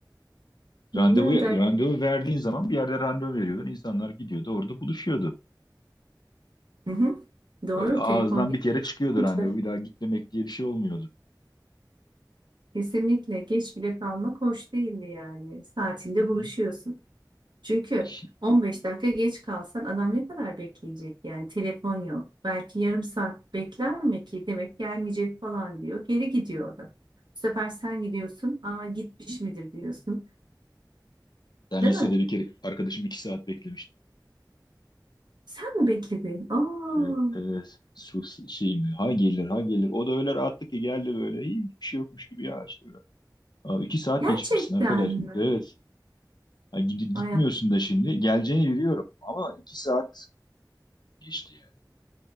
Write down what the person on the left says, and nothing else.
Randevu,
randevu verdiğin zaman bir yerde randevu veriyordun. İnsanlar gidiyordu. Orada buluşuyordu.
Ağızdan
bir kere çıkıyordu randevu. Bir daha git demek diye bir şey olmuyordu.
Hı hı.
İş-
Ben
lisede
bir kere arkadaşım iki saat beklemiştim.
Ve, e, su, şey mi? Ha gelir, ha gelir. O da öyle rahatlık ki geldi böyle. "İyi, Hiçbir şey yokmuş gibi ya işte. Biraz. Aa, iki saat
gecikmişsin arkadaş.
Evet. Ha, gid- gitmiyorsun
da şimdi. Geleceğini biliyorum. Ama iki saat geçti yani.